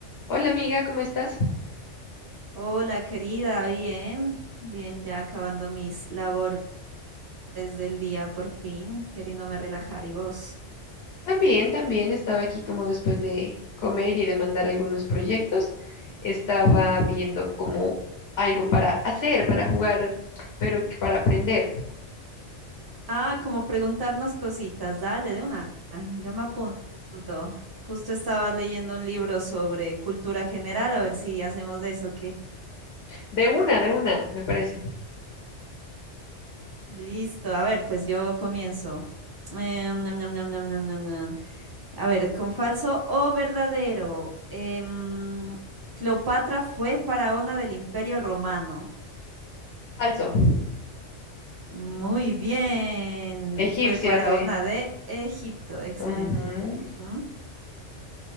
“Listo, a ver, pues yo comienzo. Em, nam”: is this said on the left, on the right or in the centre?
Right